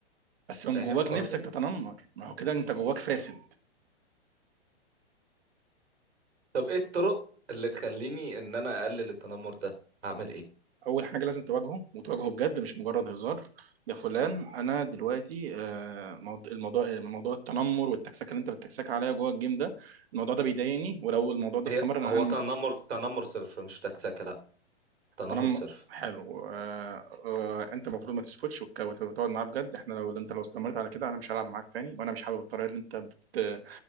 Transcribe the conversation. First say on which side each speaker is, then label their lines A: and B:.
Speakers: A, on the right (about 60°); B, on the right (about 80°).
A: بس من
B: فاهم
A: جواك
B: قصدي
A: نفسك تتنمر ما هو كده انت جواك فاسد
B: طب ايه الطرق اللي تخليني ان انا اقلل التنمر ده هعمل ايه
A: اول حاجه لازم تواجهه وتواجهه بجد مش مجرد هزار يا فلان انا دلوقتي آه، موض- الموضوع آه، موضوع التنمر والتكسكه اللي انت بتتكسك عليا جوه الجيم ده الموضوع ده بيضايقني ولو الموضوع ده استمر
B: هي
A: انا
B: هو
A: انا
B: تنمر تنمر صرف مش تكسكه لا تنمر
A: انا
B: صرف
A: حلو آه آه انت المفروض ما تسكتش وتك- وت- وتقعد معاه بجد احنا لو انت لو استمرت على كده انا مش هلعب معاك تاني وانا مش حابب الطريقه اللي انت بت